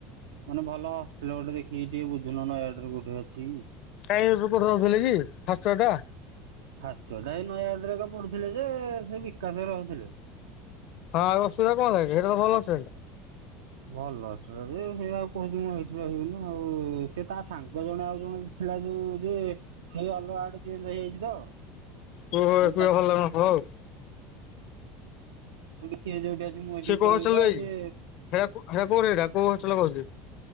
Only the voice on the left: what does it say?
କାଇଁ ମୁଁ କୋଉଠି ରହୁଥିଲି କି ଫାଷ୍ଟ ଇଅରଟା।
ହଁ ଆଉ ଅସୁବିଧା କଣ ହେଲାକି ହେଟା ତ ଭଲ ହଷ୍ଟେଲଟା।
ପୁଅ <unintelligible> ଭଲ
ଲାଗୁ ନଥିବ ଆଉ।
ସେ କୋଉ
ହଷ୍ଟେଲ
ଯାଇଛି
ହେରା ହେରା କୋଉଠି ଏଇଟା କୋଉ ହଷ୍ଟେଲ କହୁଛନ୍ତି।